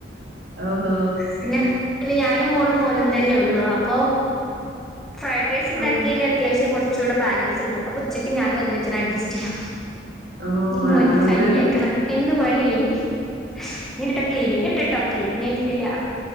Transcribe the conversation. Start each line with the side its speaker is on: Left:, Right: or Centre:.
Right: ഓഹോ
Centre: പിന്നെ പിന്നെ ഞാനും മോളും മോനും തന്നെ ഉള്ളൂ. അപ്പൊ ഫ്രൈഡ് റൈസ് ഇണ്ടാക്കീല്
Right: ആ
Centre: അത്യാവശ്യം കൊറ്ച്ച് കുറച്ചൂടെ ബാലൻസ്ണ്ട്. അപ്പൊ ഉച്ചയ്ക്ക് ഞാനും അത് വെച്ചൻ അഡ്ജസ്റ്റ് ചെയ്യും
Right: ഓ
Centre: ഇനി മോനിക്ക്
Right: അതുകൊണ്ട്
Centre: കഞ്ഞി വെക്കണം എന്ന പണി കഴിഞ്ഞ് ഇനീണ്ട്ട്ടോ ക്ലീനിംഗ് ഇണ്ട്ട്ടോ ക്ളീനിംഗ് കഴിഞ്ഞിട്ടില്ല